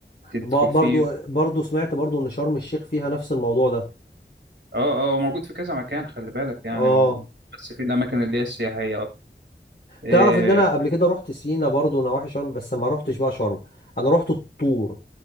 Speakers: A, on the right; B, on the left.
A: تدخل
B: ب-
A: فيه
B: برضو برضو سمعت برضو ان شرم الشيخ فيها نفس الموضوع ده
A: اه اه هو موجود في كذا مكان خلي بالك يعني
B: اه
A: و- بس في الاماكن اللي هي السياحيه اكتر إيه،
B: تعرف ان انا قبل كده رحت سينا برضو نواحي شرم بس ما رحتش بقى شرم انا رحت الطور